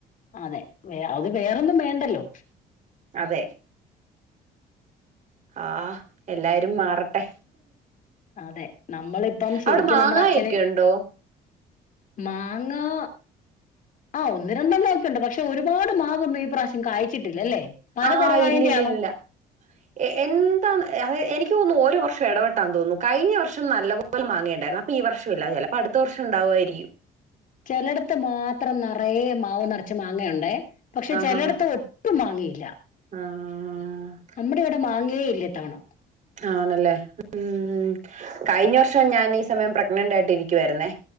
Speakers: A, on the left; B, on the right.
A: അതെ വേ അത് വേറൊന്നും വേണ്ടല്ലോ
B: അതെ ആഹ് എല്ലാരും മാറട്ടെ
A: അതെ നമ്മളിപ്പം ശരിക്കും
B: അവിടെ മാങ്ങായൊക്കെ
A: നമ്മുടെ അച്ഛന്
B: ഉണ്ടോ
A: മാങ്ങാ ആഹ് ഒന്ന് രണ്ടണ്ണം ഒക്കെയുണ്ട് പക്ഷെ ഒരുപാട് മാവൊന്നും ഈ പ്രാവശ്യം കായ്ച്ചിട്ടില്ലല്ലേ മഴ
B: ആ
A: കൊറവായതിന്റെയാണ്
B: ഇല്ലില്ലില്ല എ എന്താ അത് എനിക്ക് തോന്നുന്നു ഓരോ വർഷം എടവെട്ടാന്ന് തോന്നുന്നു കഴിഞ്ഞ വർഷം നല്ല പോല മാങ്ങേണ്ടായിരുന്നു അപ്പ ഈ വർഷവില്ല ചെലപ്പടുത്ത വർഷണ്ടാവായിരിക്കും
A: ചെലടത്ത് മാത്രം നറയെ മാവ് നറച്ച് മാങ്ങുയുണ്ടേ പക്ഷെ
B: ആഹ്
A: ചെലടത്ത്
B: ആഹ്
A: ഒ ട്ടും മാങ്ങയില്ല
B: ആഹ്
A: നമ്മടെവിടെ മാങ്ങേയില്ലത്തവണ
B: ആണ്ല്ലേ ഉം കഴിഞ്ഞ വർ ഷം ഞാനീ സമയം പ്രഗ്നന്റായിട്ടിരിക്കുവായിരുന്നേ